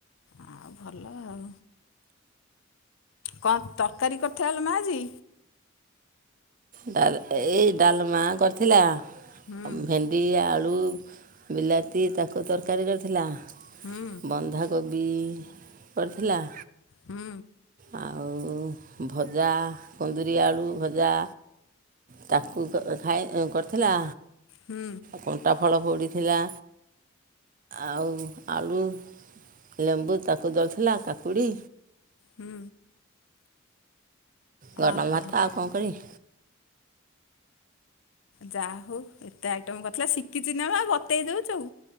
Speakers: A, on the left; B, on the right.
A: ଆଉ ଭଲ ଆଉ କଣ ତରକାରୀ କଥା ହେଲା ମାଜି।
B: ଡାଲ ଏଇ ଡାଲମା କରିଥିଲା
A: ହୁଁ
B: ଭେଣ୍ଡି ଆଳୁ ବିଲାତି ତାକୁ ତରକାରୀ କରିଥିଲା
A: ହୁଁ
B: ବନ୍ଧା କୋବି କରିଥିଲା
A: ହୁଁ।
B: ଆଉ ଭଜା, କନ୍ଦୁରି ଆଳୁ ଭଜା। ତାକୁ ଖାଇ କରଥିଲା।
A: ହୁଁ।
B: କଣ୍ଟା ଫଳ ପୋଡ଼ିଥିଲା ଆଉ ଆଳୁ ଲେମ୍ବୁ ତାକୁ ଦଳିଥିଲା କାକୁଡ଼ି
A: ହୁଁ।
B: ଗରମ
A: ଅହ
B: ଭାତ ଆଉ କଣ କରିମି?
A: ଯାହା ହୋଉ ଏତେ ଆଇଟମ କରିଥିଲା ଶିକିଚି ନା ବା ବତେଇ ଦୋଉଚୁ।